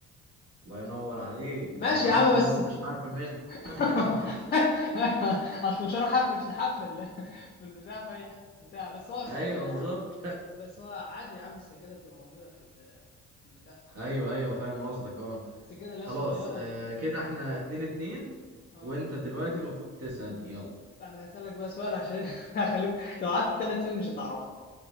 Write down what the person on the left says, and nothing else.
ماشي
يا عم
بس
<laughs>
اصل مش هروح افرش لحفل في البتاع في اي حته بتاع بس هو ثانية
يا
عم بس هو عادي يا عم السجادة بتبقى موجودة في ال- في البتاع
في الحمام
السجادة اللي
هي الصغيرة
دي
اه
انا هسألك بقى سؤال عشان <laughs> هخليك لو قعدت ثلاث سنين مش هتعرفها